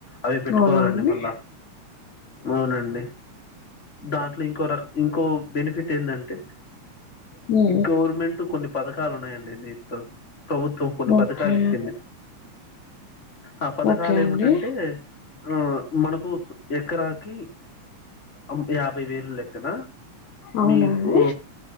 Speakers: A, on the left; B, on the left.
A: అవి పెట్టుకోవాలండి
B: అవునా అండి?
A: మళ్ళా అవునండి దాంట్లో ఇంకో రక ఇంకో బెనిఫిట్ ఏంటంటే
B: హ్మ్.
A: గవర్మెం టు కొన్ని పథకాలు ఉన్నాయండి నీతో ప్రభుత్వం కొన్ని పథకాలు
B: ఓకే.
A: ఇచ్చింది ఆ పథకాలు
B: ఓకే
A: ఏమిటంటే
B: అండి.
A: ఊ మనకు ఎకరాకి అం యాభై వేలు లెక్కన
B: అవునా
A: మీకు
B: అండి?